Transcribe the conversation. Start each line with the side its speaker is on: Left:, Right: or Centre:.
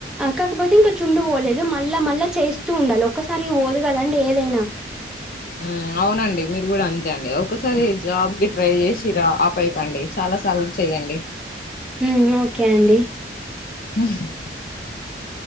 Centre: కాకపోతే ఇంకా చుండ్రు పోలేదు మళ్ళా మళ్ళా చేస్తూ ఉండాలి ఒక్కసారిగా పోదు కదండి ఏదైనా
Left: మ్మ్ అవునండి మీరు కూడా ఓకే అండి ఒకసారి జాబ్ కి ట్రై చేసిర్రా ఆపేయకాండి చాలా సార్లు చెయ్యండి
Centre: మ్మ్ ఓకే అండి
Left: ఆహ్ <unintelligible>